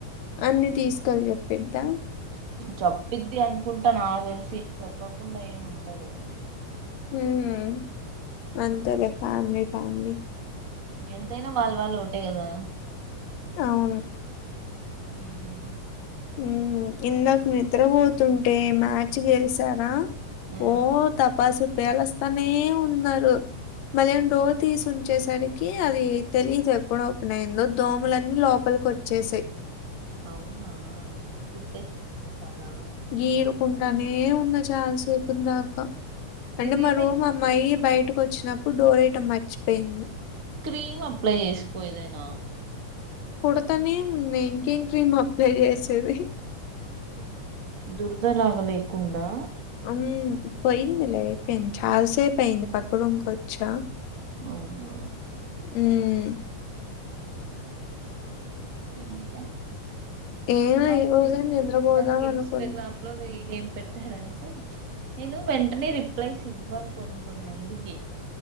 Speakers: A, on the left (about 70°); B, on the right (about 55°).
A: అన్ని తీసుకొలి చెప్పిద్దా
B: చెప్పిద్ది అనుకుంటాను ఆ తెలిసి చెప్పకుండా ఏమి ఉండదు కదా
A: హ్మ్ అంతలే ఫ్యాలీ ఫ్యామిలీ
B: ఎంతైనా వాళ వాళ ఓటే కదా
A: అవును
B: హ్మ్
A: ఉ ఇందాక నిద్రపోతుంటే మ్యాచ్ గెలిసారా
B: ఆ
A: ఓ తపస్ వేలస్తానే ఉన్నారు మళ్ళ ఏం డోర్ తీసి ఉంచేసరికి అది తెలియదు ఎప్పుడు ఓపెన్ అయిందో దోమలన్నీ లోపలికి వచ్చేసాయి
B: అవునా ఆ కుట్టేస్తే చాలా
A: గీరుకుంటనే ఉంది చాలాసేపు దాకా అంది
B: ఇది
A: మరు
B: ఏమైనా
A: మా అమ్మాయి బయట వచ్చినప్పుడు డోర్యటం మర్చిపోయింది
B: క్రీమ్ అప్లై చేసి పోయదేనా
A: కుడతానే ఉన్నాయ్ ఇంకేం క్రీమ్ పెరి సది
B: దుర్దలాగా లేకుండా
A: అ పోయిందిలేపోయింది చాలసేపోయింది పక్క రూంకొచ్చా
B: అవునా
A: హ్మ్
B: ఇంకా
A: ఏమో
B: మాస్త్
A: ఈ రోజే
B: పెట్టావ్
A: నిద్రపోదాం
B: కదా ఇన్స్టాగ్రామ్
A: అనుకున్నా.
B: లో రీల్ ఏం పెడతాడంటే నేను వెంటనే రిప్లైస్ ఇవ్వను కొన్ని కొన్ని మందికి